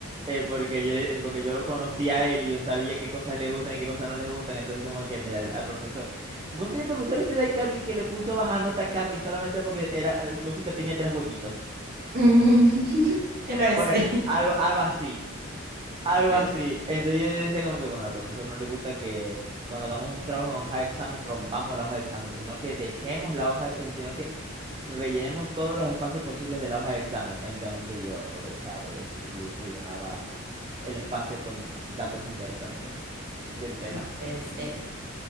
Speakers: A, on the right; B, on the right.
A: eh, porque yo, eh, porque yo lo conocía a él y yo sabía qué cosas le gustan y qué cosas no les gustan, entonces como que, mira, al profesor, ¿vos sois el profesor este de iCarly que le puso baja nota a Carly solamente porque era, eh, su hojita tenía tres huequitos?
B: Mm, <laughs> Era ese.
A: Bueno, algo, algo así. Algo
B: No puede,
A: así. Entonces yo decía como que, bueno, al profesor no le gusta que cuando hagamos un trabajo en hoja de examen rompamos la hoja de examen, sino que dejemos la hoja, eh, sino que rellenemos todos los espacios posibles de la hoja de examen. Entonces yo aprovechaba y así, y rellenaba el espacio con datos interesantes del tema.
B: no puede ser.